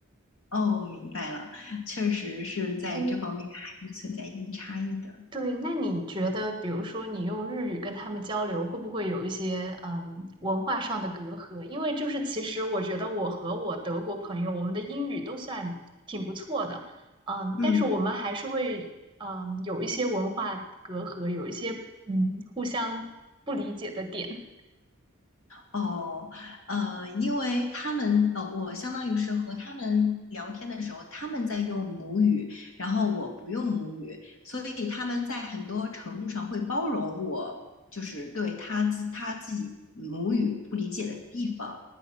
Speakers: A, on the left (about 70°); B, on the right (about 20°).
A: 哦，明白了，确实是在这方面还是存在一定差异的。
B: 嗯。对，那你觉得，比如说你用日语跟他们交流，会不会有一些嗯文化上的隔阂？因为就是其实我觉得我和我德国朋友，我们的英语都算挺不错的，嗯，
A: 嗯，
B: 但是我们还是会嗯有一些文化隔阂，有一些嗯互相不理解的点，
A: 哦，呃，因为他们，呃，我相当于是和他们聊天的时候，他们在用母语，然后我不用母语，所以他们在很多程度上会包容我，就是对他自他自己母语不理解的地方，